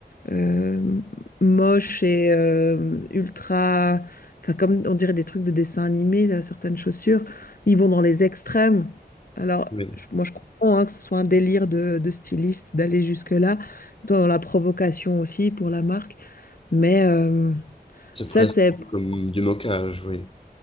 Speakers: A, on the left; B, on the left.
A: euh, moches et euh, ultra, enfin comme on dirait des trucs de dessin animé, là, certaines chaussures, ils vont dans les extrêmes. Alors,
B: oui.
A: je- moi je comprends hein, que ce soit un délire de, de styliste d'aller jusque-là, dans la provocation aussi pour la marque, mais euh,
B: C'est
A: ça
B: presque
A: c'est,
B: comme du moquage, oui.